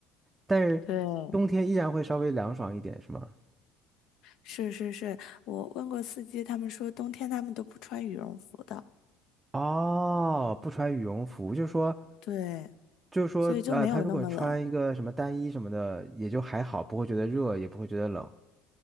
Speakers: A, on the right (about 20°); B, on the left (about 65°).
A: 但是冬天依然会稍微凉爽一点，
B: 对。
A: 是吗？
B: 是是是，我问过司机，他们说冬天他们都不穿羽绒服的，
A: 哦，不穿羽绒服，就是说，
B: 对，
A: 就是说，
B: 所以就没有那么冷，
A: 呃，他如果穿一个什么单衣什么的，也就还好，不会觉得热，也不会觉得冷。